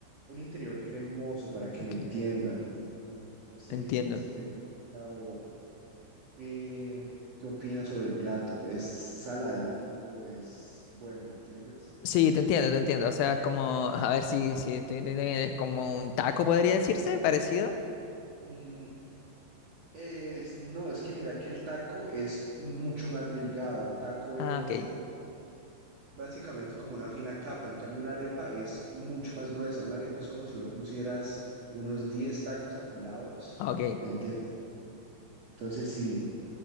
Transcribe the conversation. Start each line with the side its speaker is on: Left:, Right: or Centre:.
Right: un interior cremoso para que
Left: Ok,
Right: me entiendas. No sé
Left: entiendo.
Right: si te gusta o qué, qué opinas sobre el plato. Es saladito, es bueno, ¿me entiendes?
Left: Sí, te entiendo, te entiendo. O sea, es como, a ver si, si te entiendo bien, es como un taco, podría decirse, parecido.
Right: Mm, Es, no, es que mira que el taco es mucho más delgado. Un taco es
Left: Ah, ok,
Right: básicamente como una fina capa. En cambio, una arepa es mucho más gruesa. Una arepa es como si vos pusieras unos 10 tacos apilados,
Left: ah, ok.
Right: ¿me entiendes? Entonces, sí.